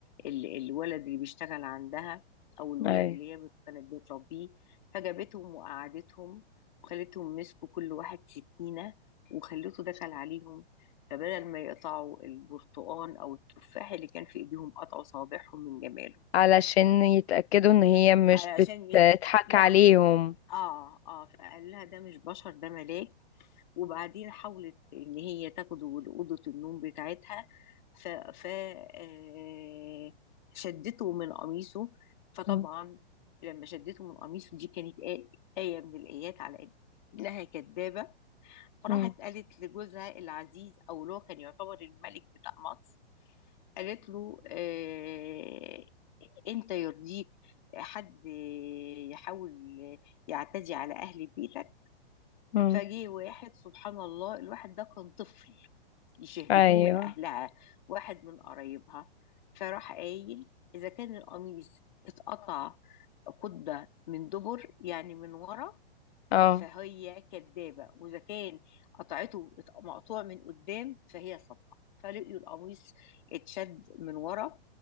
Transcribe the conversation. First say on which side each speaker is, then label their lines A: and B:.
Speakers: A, on the left (about 45°); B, on the left (about 80°).
A: ال الولد اللي بيشتغل عندها او الولد
B: ايوه
A: اللي هي بت- كانت بتربيه فجابتهم وقعدتهم وخلتهم مسكوا كل واحد سكينة وخلته دخل عليهم فبدل ما يقطعوا البرتقان او التفاح اللي كان في ايديهم قطعوا صوابعهم من جماله
B: علشان يتأكدوا ان هي مش
A: علشان
B: بتضحك
A: يتأكد لا
B: عليهم
A: اه اه فقال لها ده مش بشر ده ملاك وبعدين حاولت ان هي تاخده لأوضة النوم بتاعتها ف, ف آه شدته من قميصه فطبعا
B: مم.
A: لما شدته من قميصه دي كانت آ- آية من الآيات على إنها كدابة فراحت
B: مم.
A: قالت لجوزها العزيز أو اللي هو كان يعتبر الملك بتاع مصر قالت له آه أنت يرضيك حد يحاول يعتدي على أهل بيتك
B: مم.
A: فجه واحد سبحان الله الواحد ده كان طفل يشاهدوه
B: ايوه
A: من أهلها واحد من قرايبها فراح قايل إذا كان القميص اتقطع قدة من دبر يعني من ورا
B: اه
A: فهي كدابة وإذا كان قطعته ات- مقطوع من قدام فهي صادقة فلقيوا القميص اتشد من ورا